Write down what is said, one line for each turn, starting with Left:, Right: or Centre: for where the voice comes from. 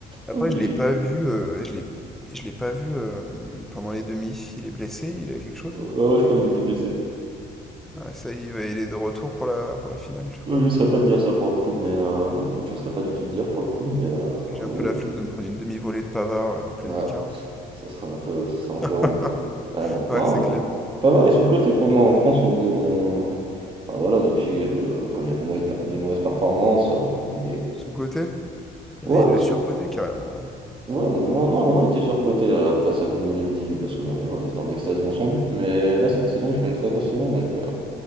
Centre: Après,
Right: Ah, il-
Centre: je l'ai pas vu. euh, je l'ai, je l'ai pas vu euh, pendant les demi. Il est blessé. Il a quelque chose
Right: ouais,
Centre: là.
Right: ouais, je crois qu'il était blessé.
Centre: Ah, ça, il va, il est de retour pour la pour la finale, je crois.
Right: Heu, je ne saurais pas te dire ça pour le coup, mais hem, je ne saurais pas du tout te dire pour le coup, mais heu,
Centre: Parce que J'ai
Right: oui,
Centre: un peu la flemme de me prendre une demi-volée de Pavard euh, en pleine
Right: ouais,
Centre: lucarne.
Right: ça serait un peu ça serait un peu
Centre: <laughs>
Right: relou. Ah non,
Centre: Ouais,
Right: non,
Centre: c'est clair.
Right: pas mal est sous-coté pour moi. En France, on dé on bah, voilà, depuis, heu, comme il a fait mauvais des mauvaises performances, on dé
Centre: Sous-côté? Il
Right: ouais,
Centre: y en a, ils
Right: parce
Centre: le surcotaient
Right: que
Centre: carrément. hein.
Right: ouais, à un moment non, à un moment, il était surcoté, heu, après sa Coupe du monde 2018 parce que bon, les gens, ils étaient en extase devant son but, mais là, cette saison, il fait une très grosse saison, donc heu,